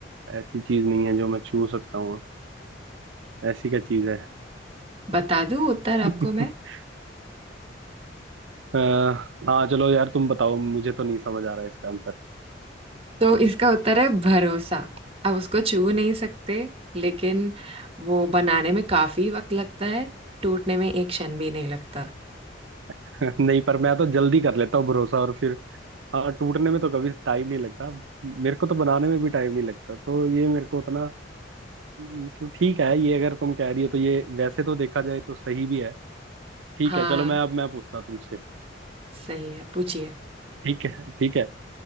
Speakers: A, on the right; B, on the right.
A: ऐसी चीज नहीं है जो मैं छू सकता हूँ ऐसी क्या चीज है
B: बता दूँ उत्तर
A: <laughs>
B: आपको मैं
A: अ, हाँ चलो यार तुम बताओ मुझे तो नहीं समझ आ रहा है इसका आंसर
B: तो इसका उत्तर है भरोसा आप उसको छू नहीं सकते लेकिन वो बनाने में काफी वक्त लगता है टूटने में एक क्षण भी नहीं लगता
A: <laughs> नहीं पर मैं तो जल्दी कर लेता हूँ भरोसा और फिर हाँ टूटने में तो कभी टाइम नहीं लगता मेरे को तो बनाने में भी टाइम नहीं लगता तो ये मेरे को उतना मतलब ठीक है ये अगर तुम कह रही हो तो ये वैसे तो देखा जाए तो सही भी है ठीक
B: हाँ
A: है चलो मैं अब मैं पूछता हूँ तुमसे
B: सही है पूछिए
A: ठीक है ठीक है